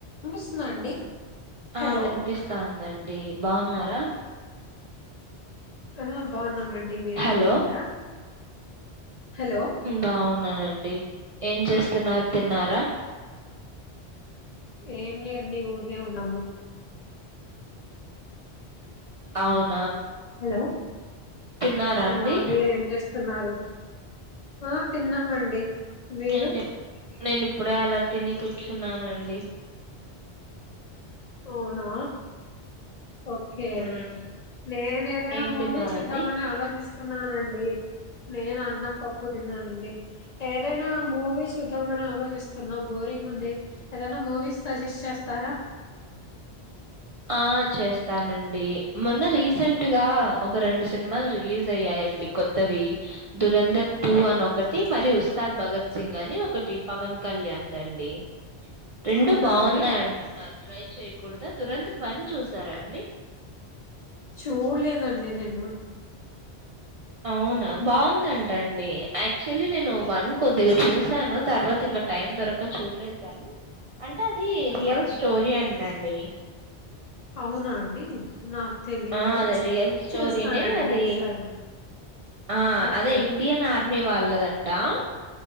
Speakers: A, on the left; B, on the right.
A: అమస్తుందా అండి హలో
B: ఆ వినిపిస్తాందండి బాగున్నారా
A: ఆ బాగున్నామ అండి మీరు
B: హలో
A: బాగున్నారా హలో
B: బాగున్నానండి ఏం చేస్తున్నారు తిన్నారా
A: ఏం లేదు నీ ఊరినే ఉన్నాము
B: అవును
A: హలో
B: తిన్నారా అండి
A: ఆ మీరేం చేస్తున్నారు ఆ తిన్నామండి మీరు
B: నేను నేను ఇప్పుడే అలా తిని కూర్చున్నానుండి
A: అవునా ఓకే
B: ఉమ్
A: నేను ఏదైనా
B: ఏం
A: మూవీ
B: తిన్నారండి
A: చూద్దామని ఆలోచిస్తున్నానండి నేను అన్నం పప్పు తిన్నానండి ఏదైనా మూవీస్ చూద్దామని ఆలోచిస్తున్నాం బోరింగ్ ఉంది ఏద మూవీస్ సజెస్ట్ చేస్తారా
B: ఆ చేస్తానండి మొన్న రీసెంట్ గా ఒక రెండు సినిమాలు రిలీజ్ అయ్యాయి అండి కొత్తవి దురంధర్ టూ అని ఒకటి మరి ఉస్తాద్ భగత్ సింగ్ అని ఒకటి పవన్ కళ్యాణ్ దండి రెండు
A: అవునా
B: బాగున్నాయి
A: అండి
B: అంటున్నారు ట్రై చేయకూడదు తురంతం వన్ చూసారా అండి
A: చూడలేదండి నేను
B: అవునా బాగుందంట అండి యాక్చువల్లీ నేను వన్ కొద్దిగా చూ వసాను తర్వాత ఇంకా టైం దొరక చూడలేదు కానీ అంటే అది రియల్
A: ఓకే
B: స్టోరీ అండి రండి
A: అవునా అండి నాకు తెలీదు
B: ఆ అదే
A: చ్
B: రియల్ స్టోరనేే
A: చూస్తానండి
B: అది
A: నెక్స్ట్ టైమ్
B: ఆ
A: ఓకే
B: అదే ఇండియన్ ఆర్మీ వాళ్ళదంటా